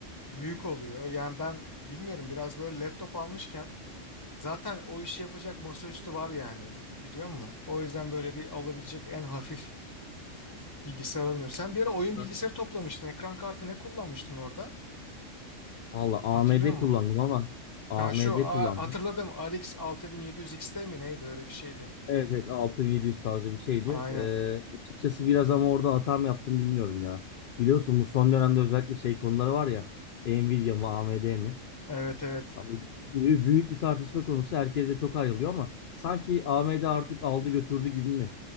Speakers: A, on the left; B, on the left.
A: büyük oluyor. Yani ben bilmiyorum biraz böyle laptop almışken zaten o işi yapacak masaüstü var yani biliyor musun? O yüzden böyle bir alabilecek en hafif bilgisayar alınıyor. Sen bir ara oyun
B: Hı.
A: bilgisayarı toplamıştın. Ekran kartı ne kullanmıştın orada?
B: Valla AMD
A: Hatırlıyor musun?
B: kullandım ama AMD
A: Ha şu aa,
B: kullandım.
A: hatırladım RX 6700 XT mi neydi öyle bir şeydi.
B: Evet, evet 6700 tarzı bir şeydi.
A: Aynen.
B: Ee, açıkçası biraz ama orada hata mı yaptım bilmiyorum ya. Biliyorsun bu son dönemde özellikle şey konuları var ya. Nvidia mı AMD mi?
A: Evet evet.
B: Ya, büyü- Büyük bir tartışma konusu. Herkes de çok ayrılıyor ama sanki AMD artık aldı götürdü gibi mi?